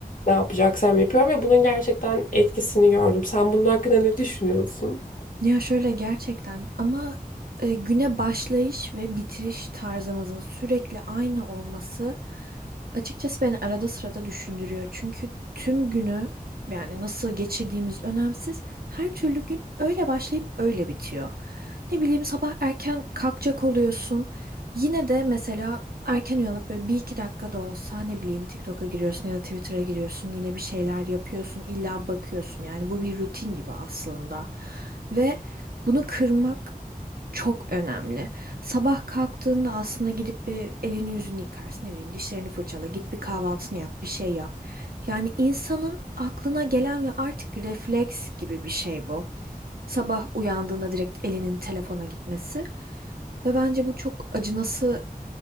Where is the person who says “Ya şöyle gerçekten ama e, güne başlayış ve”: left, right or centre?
Right